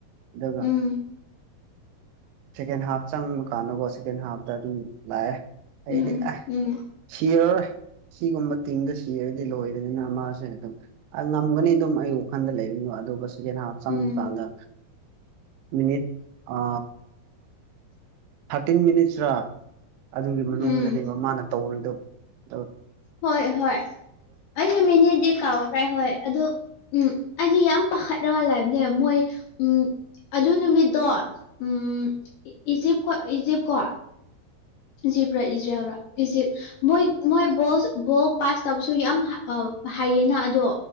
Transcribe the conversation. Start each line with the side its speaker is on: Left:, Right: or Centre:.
Right: ꯑꯗꯨꯒ
Left: ꯎꯝ
Right: ꯁꯦꯀꯦꯟ ꯍꯥꯞ ꯆꯪꯕ ꯀꯥꯟꯗꯀꯣ ꯁꯦꯀꯦꯟ ꯍꯥꯞꯇ ꯑꯗꯨꯝ ꯂꯥꯛꯑꯦ ꯑꯩꯗꯤ
Left: ꯎꯝ
Right: ꯑꯦ
Left: ꯎꯝ
Right: ꯁꯤꯔꯔꯣꯏ ꯁꯤꯒꯨꯝꯕ ꯇꯤꯝꯗ ꯁꯤꯔꯗꯤ ꯂꯣꯏꯔꯅꯤꯅ ꯃꯥꯁꯦ ꯑꯗꯨꯝ ꯉꯝꯒꯅꯤ ꯑꯗꯨꯝ ꯑꯩ ꯋꯥꯈꯜꯗ ꯂꯩꯔꯤꯅꯣ ꯑꯗꯨꯒ ꯍꯥꯗ
Left: ꯎꯝ
Right: ꯃꯤꯅꯤꯠ ꯑ ꯊꯥꯔꯇꯤꯟ ꯃꯤꯅꯤꯁ꯭ꯔꯥ ꯑꯗꯨꯒꯤ
Left: ꯎꯝ
Right: ꯃꯅꯨꯡꯗꯅꯦꯕ ꯃꯥꯅ ꯇꯧꯔꯤꯗꯣ ꯑ
Left: ꯍꯣꯏ ꯍꯣꯏ ꯑꯩꯁꯨ ꯃꯤꯅꯤꯠꯗꯤ ꯀꯥꯎꯈ꯭ꯔꯦ ꯍꯣꯏ ꯑꯗꯨ ꯎꯝ ꯑꯩꯗꯤ ꯌꯥꯝ ꯄꯥꯈꯠꯂꯒ ꯂꯩꯕꯅꯦ ꯃꯣꯏ ꯎꯝ ꯑꯗꯨ ꯅꯨꯃꯤꯠꯇꯣ ꯎꯝ ꯏꯖꯤꯞ ꯀ ꯏꯖꯤꯞꯇ ꯀꯣ ꯏꯖꯤꯞ ꯔꯣ ꯏꯖꯔꯥꯜ ꯔꯣ ꯏꯖꯤꯞ ꯃꯣꯏ ꯃꯣꯏ ꯕꯣꯜ ꯕꯣꯜ ꯄꯥꯁ ꯇꯧꯕꯁꯨ ꯌꯥꯝ ꯍꯥꯏꯌꯦꯅ ꯑꯗꯣ